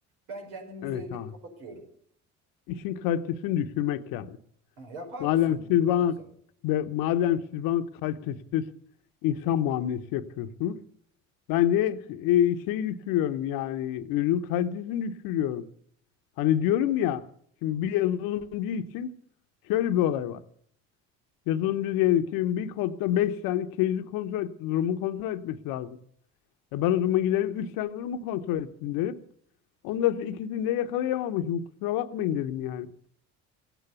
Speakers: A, on the right; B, on the left.
A: Ben kendim 150'yi
B: Evet abi.
A: kapatıyorum.
B: İşin kalitesini düşürmek yani.
A: Ha, yapar
B: Madem
A: mısın
B: siz
A: peki
B: bana
A: sen?
B: ve madem siz bana kalitesiz insan muamelesi yapıyorsunuz, ben de e, şeyi düşürüyorum yani ürün kalitesini düşürüyorum. Hani diyorum ya şimdi bir yazılımcı için şöyle bir olay var. Yazılımcı diyelim ki bir kodda 5 tane case'i kontrol et, durumu kontrol etmesi lazım. E ben o zaman giderim 3 tane durumu kontrol ettim derim. Ondan sonra ikisini de yakalayamamışım. Kusura bakmayın dedim yani.